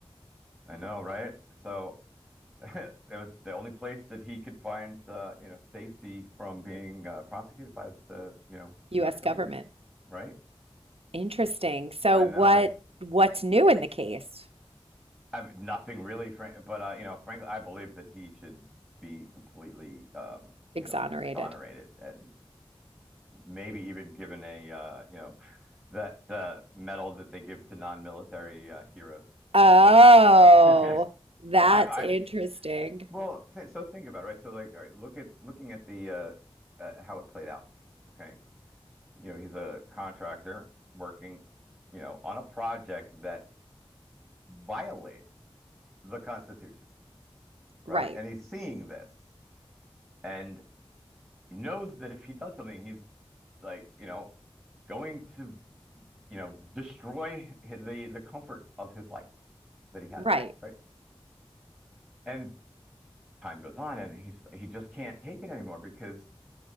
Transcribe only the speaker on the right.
US
government.
Interesting. So
what
what's new in the case?
Exonerated.
Oh,
that's
interesting.
Right.
Right.